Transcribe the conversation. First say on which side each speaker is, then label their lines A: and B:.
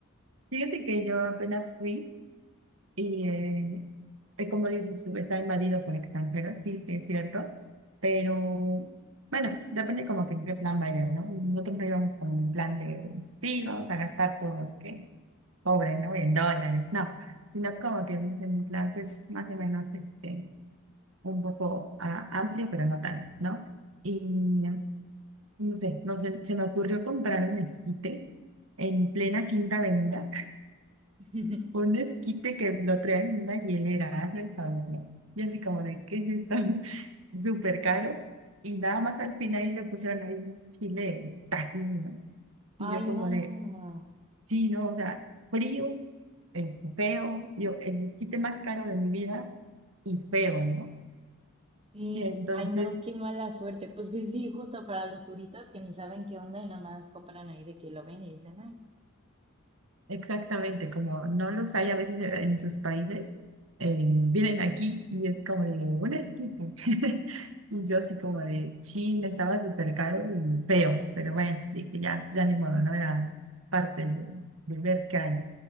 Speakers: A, on the right; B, on the right.
A: Fíjate que yo apenas fui y, eh, eh, como dices tú, está invadido por extranjeros, sí, sí, es cierto, pero bueno, depende como que en qué plan vayas, ¿no? Nosotros no íbamos como en plan de, sí, vamos a gastar porque, pobre, ¿no? En dólares, no, sino como que íbamos en un plan, pues, más o menos, este, un poco ah, amplio, pero no tanto, ¿no? Y, no sé, no sé, se me ocurrió comprar un esquite en plena Quinta Avenida
B: <laughs>
A: Un esquite que lo traen en una hielera, hazme el favor, ¿no? Y así como de, ¿qué es esto? <laughs> Súper caro. Y nada más al final le pusieron ahí un chile tajín, ¿no? Y
B: Ay,
A: yo como
B: no.
A: de, sí, no, o sea, frío, este, feo, yo, el esquite más caro de mi vida y feo, ¿no?
B: Sí,
A: Y entonces
B: ay, no, qué mala suerte. Pues que sí, justo para los turistas que ni saben qué onda y nada más compran ahí de que lo ven y dicen, ay,
A: Exactamente, como no los hay a veces en en sus países, eh, vienen aquí y es como de un esquite. <laughs> Y yo así como de, Chile estaba súper caro y feo, pero bueno, dije ya, ya ni modo, no era parte de, de ver qué hay.